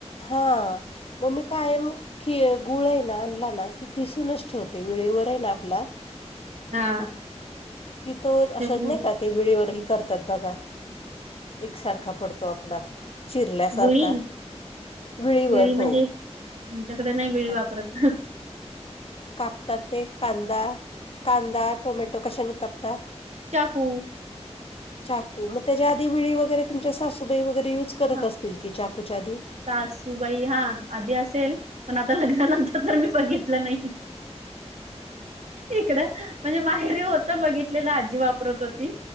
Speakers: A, on the left (about 55°); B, on the right (about 75°).
A: हां, मग मी कायम कि गुळ आहे ना आणला ना, खिसूनच ठेवते विळीवर आहे ना आपला
B: हा,
A: की तो, असंच
B: ते तुम्ही
A: नाही का ते विळीवर ही करतात बघा, एकसारखा पडतो आपला चिरल्यासारखा,
B: विळी
A: विळीवर
B: विळी म्हणजे
A: हो
B: आमच्याकडे नाही विळी
A: अ
B: वापरत, हं
A: कापतात ते कांदा, कांदा टोमॅटो कशानी कापता?
B: चाकू,
A: चाकू, मग त्याच्या आधी विळी वगैरे तुमच्या सासूबाई वगैरे युज करत
B: हा
A: असतील की, चाकूच्या आधी
B: सासूबाई हां, आधी असेल पण आता लग्नानंतर तर मी बघित तलं नाही इकडं, म्हणजे माहेरी होतं बघितलेलं आजी वापरत होती